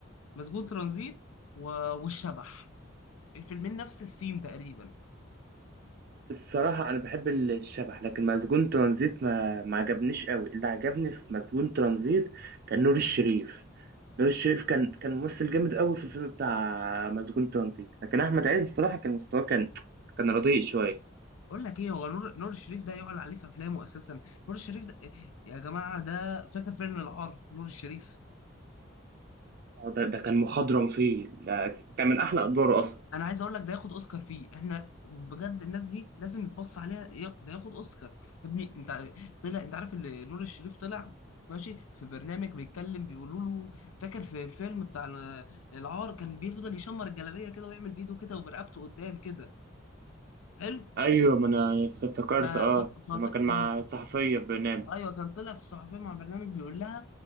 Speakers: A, on the left; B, on the right.
A: مسجون ترانزيت و... والشبح الفيلمين نفس السيم تقريبا
B: الصراحه انا بحب الشبح لكن مسجون ترانزيت ما ما عجبنيش قوي اللي عجبني في مسجون ترانزيت كان نور الشريف نور الشريف كان كان ممثل جامد قوي في الفيلم بتاع مسجون ترانزيت لكن احمد عز الصراحه كان مستواه كان كان رديء شويه
A: اقول لك ايه هو نور نور الشريف ده يعلى عليه في افلامه اساسا نور الشريف ده إيه، يا جماعه ده فاكر فيلم العار نور الشريف
B: اه ده, ده كان مخضرم فيه ده كان من احلى ادواره اصلا
A: انا عايز اقول لك ده ياخد اوسكار فيه احنا بجد الناس دي لازم يتبص عليها يا- ده ياخد اوسكار يا ابني انت طلع انت عارف اللي نور الشريف طلع ماشي في برنامج بيتكلم بيقولوا له فاكر في الفيلم بتاع ال- العار كان بيفضل يشمر الجلابيه كده ويعمل بايده كده وبرقبته قدام كده حلو
B: ايوه ما انا افتكرت
A: ف... ف...
B: اه
A: ف...
B: لما كان مع
A: ف...
B: صحفيه بنام
A: ايوه كان طلع في صحفيه مع برنامج بيقول لها